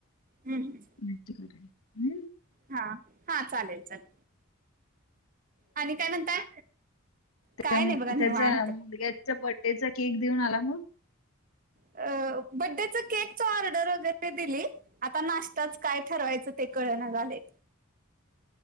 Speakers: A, on the right; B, on the left.
A: हम्.
B: <unintelligible>
A: हा हा चालेल चालेल. आणि काय म्हणताय?
B: त्या
A: काय नाही बघा निवांत
B: त्याचा मुलग्याच्या बडेचा केक देऊन आला मग.
A: अ बड्डेच केक च ऑर्डर वगैरे दिली. आता नाष्टाच काय ठरवायचं ते कळना झालंय.